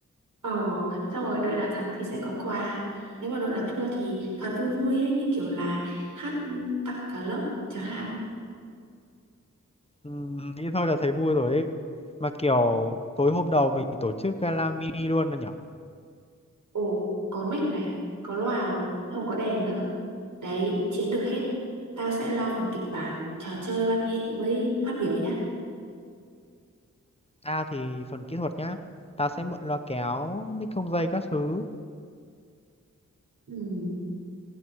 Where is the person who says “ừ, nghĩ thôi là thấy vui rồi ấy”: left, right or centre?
Left